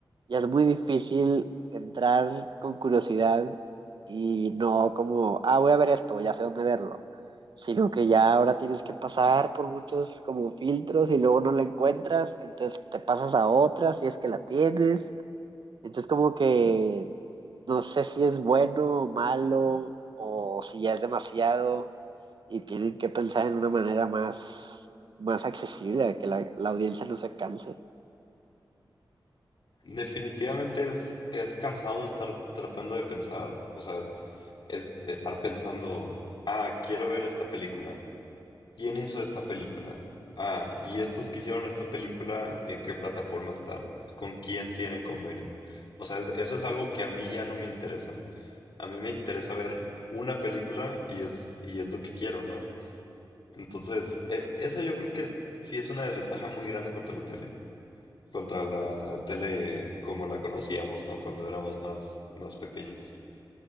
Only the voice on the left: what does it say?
Definitivamente es, es cansado estar tratando de pensar, o sea, es estar pensando, ah, quiero ver esta película. ¿Quién hizo esta película? Ah, y estos que hicieron esta película, ¿en qué plataforma están? ¿Con quién tienen convenio? O sea, es- eso es algo que a mí ya no me interesa. A mí me interesa ver una película y es, y es lo que quiero, ¿no? Entonces, e- eso yo creo que sí es una desventaja muy grande contra la tele. Contra la tele como la conocíamos, ¿no? Cuando éramos más, más pequeños.